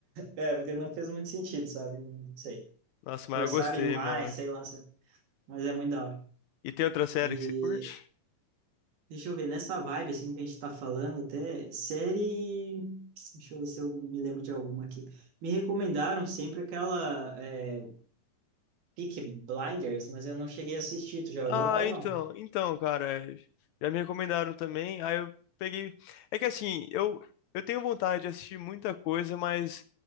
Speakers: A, on the right; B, on the left.
A: É, porque não fez muito sentido, sabe? Não sei.
B: Nossa,
A: forçaram
B: mas eu gostei,
A: demais,
B: mano.
A: sei lá, sei- mas é muito da hora.
B: E tem outra série
A: E
B: que você curte?
A: deixa eu ver, nessa vibe assim que a gente tá falando até, série, deixa eu ver se eu me lembro de alguma aqui. Me recomendaram sempre aquela é, Peaky Blinders, mas eu não cheguei a assistir, tu já olhou
B: Ah,
A: ela
B: então,
A: não?
B: então, cara, já me recomendaram também. Aí eu peguei. É que assim, eu eu tenho vontade de assistir muita coisa, mas